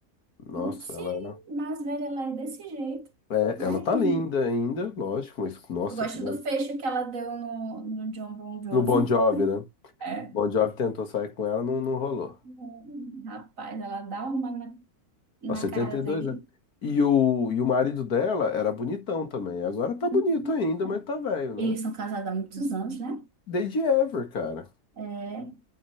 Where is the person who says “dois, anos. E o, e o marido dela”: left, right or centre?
Left